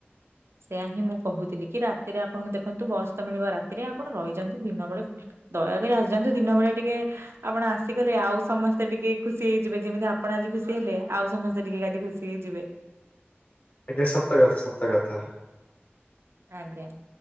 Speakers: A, on the right (about 75°); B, on the left (about 35°).
A: ସେଆା ହିଁ ମୁଁ କହୁଥିଲି କି ରାତିରେ ଆପଣଙ୍କୁ ଦେଖନ୍ତୁ ବସ୍ ତ ମିଳିବ ରାତିରେ ଆପଣ ରହିଯାଆନ୍ତୁ ଦିନ ବେଳେ ଦୟାକରି ଆସିଯାଆନ୍ତୁ ଦିନ ବେଳେ ଟିକେ ଆପଣ ଆସିଗଲେ ଆଉ ସମସ୍ତେ ଟିକେ ଖୁସି ହେଇଯିବେ ଯେମିତି ଆପଣ ଆଜି ଖୁସି ହେଲେ ଆଉ ସମସ୍ତେ ଟିକେ କାଲି ଖୁସି ହେଇ ଯିବେ।
B: ଆଞା ସତ ସତ କଥା।
A: ଆଜ୍ଞା।